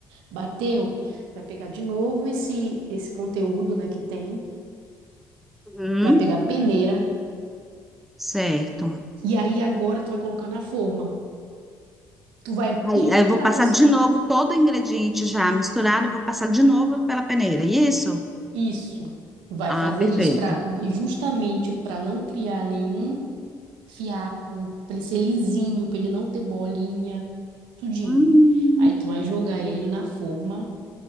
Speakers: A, on the right (about 80°); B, in the centre.
A: Bateu, vai pegar de novo esse, esse conteúdo, né, que tem,
B: Uhum.
A: vai pegar a peneira,
B: Certo.
A: e aí agora tu vai colocar na forma. Tu vai
B: Aí,
A: peneirar
B: aí eu vou passar
A: is-
B: de novo todo o ingrediente já misturado, eu vou passar de novo pela peneira. é Isso?
A: isso. Tu vai
B: Ah,
A: fazer
B: perfeito.
A: isso para justamente para não criar nenhum fiapo, para ele ser lisinho, para ele não ter bolinha, tudinho.
B: Hum,
A: Aí tu vai jogar ele na forma.